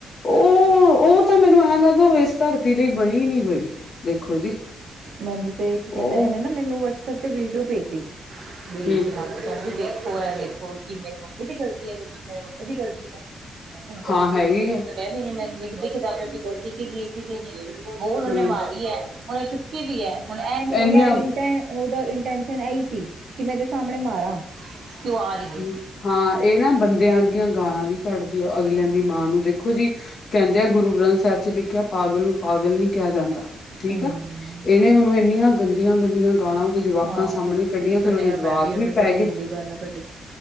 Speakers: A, on the left; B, on the right.
A: ਉਹ ਉਹ ਤੇ ਮੈਨੂੰ ਐਂ ਹਾਂ ਮੈਂ ਕਿਹਾ, ਉਹ ਇਸ ਧਰਤੀ ਲਈ ਬਨੀ ਨੀ ਹੋਈ। ਦੇਖੋ ਜੀ
B: ਮੈਨੂੰ ਤੇ ਕੀ ਕਹਿੰਦੇ,
A: ਉਹ
B: ਇਹਨੇ ਨਾ ਮੈਨੂੰ ਵਟਸਐਪ ਤੇ ਵੀਡੀਓ ਭੇਜੀ। <unintelligible> ਦੇਖੋ
A: ਹੂੰ
B: ਇਹ ਦੇਖੋ ਕਿ ਮੇਰੇ ਮੁੰਡੇ ਦੀ ਗਲਤੀ ਐ, ਇਸ ਚ ਮੇਰੇ ਮੁੰਡੇ ਦੀ ਗ਼ਲਤੀ ਐ। ਹੁਣ ਗਲਤੀ
A: ਹਾਂ ਹੈਗੀ
B: ਤੋ <inaudible> ਕਿ ਵਾਕੇ
A: ਆ
B: ਚ ਗਲਤੀ ਕੀਦੀ ਏ ਕੀਹਦੀ ਐ ਕੀਹਦੀ ਨਹੀਂ। ਬੋਲ
A: ਹੂੰ
B: ਉਹਨੇ ਮਾਰੀ ਐ। <unintelligible> ਕਿਦੀ ਆ ਹੁਨ ਇਹੀਂ ਇਹਦਾ
A: ਇੰਨੀਆਂ
B: ਏਜੇਂਟ ਆ ਉਹਦਾ ਓਹੀ ਟੈਂਸ਼ਨ ਆਹੀ ਤੀ, ਕਿ ਮੈਂ ਓਹਦੇ ਸਾਹਮਣੇ ਮਾਰਾਂ। ਕਿਉਂ ਆ ਰਹੀ ਹੈ
A: ਹੰ ਹਾਂ ਇਹ ਨਾ ਬੰਦਿਆਂ ਦੀਆਂ ਗਾਲਾਂ ਵੀ ਕੱਢਦੀ ਏ ਅਗਲਿਆਂ ਦੀ ਮਾਂ ਨੂੰ, ਦੇਖੋ ਜੀ ਕਹਿੰਦੇ ਆ ਗੁਰੂ ਗ੍ਰੰਥ ਸਾਹਿਬ ਚ ਲਿਖਿਆ ਪਾਗਲ ਨੂੰ ਪਾਗ ਗਲ ਨੀ ਕਿਹਾ ਜਾਂਦਾ, ਠੀਕ
B: ਹਮ,
A: ਆ, ਇਹਨੇ ਉਹਨੂੰ ਇੰਨੀਆਂ ਗੰਦੀਆਂ-ਗੰਦੀਆਂ ਗਾਲਾਂ ਉਹਦੇ ਜਵਾਕਾਂ
B: ਹਾਂ
A: ਸਾਹਮਣੇ ਕੱਢੀਆਂ,
B: ਇਹ ਸੁਣਿਆ
A: ਫੇਰ ਉਹਦੇ ਜਵਾਕ
B: ਮੈਂ ਉਹਨੇ
A: ਵੀ ਪਏ
B: ਬੜੀ ਗੰਦੀ
A: ਗਏ।
B: ਗੱਲਾਂ ਕੱਢੀਆਂ